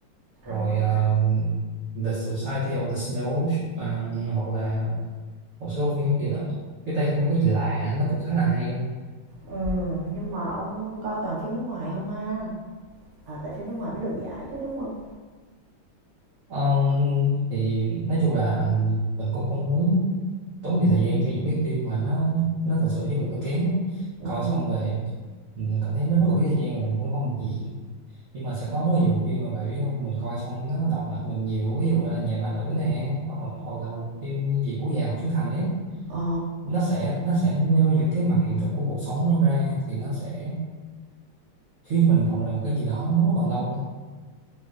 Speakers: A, on the right; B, on the right.
A: rồi
B: anh Hưng
A: ờ, The Society of the Snow ờ, hoặc là một số phim gì đó cái tay không có gì lạ nó cũng khá là hay luôn.
B: Ừ, nhưng mà ông coi toàn phim nước ngoài không ha? À, tại phim nước ngoài mới được giải chứ đúng không?
A: Ờ, thì nói chung là ừ, mình cũng không muốn tốn nhiều thời gian cho những cái phim mà nó nó thật sự chất lượng kém
B: Ừ.
A: coi xong về mình cảm thấy nó rất là phí thời gian và mình cũng không được gì nhưng mà sẽ có rất nhiều bộ phim mà bạn biết không mình coi xong nó động lại cho mình nhiều ví dụ là nhà bà nữ nè hoặc, hoặc là bộ phim gì bố già của Trấn Thành ấy
B: Ờ,
A: nó sẽ nó sẽ nêu những cái mặt hiện thực của cuộc sống nó ra thì nó sẽ khiến mình động lại một cái gì đó nó rất là lâu